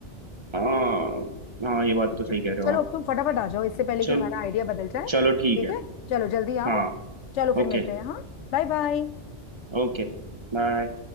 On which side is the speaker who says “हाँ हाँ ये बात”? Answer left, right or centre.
Right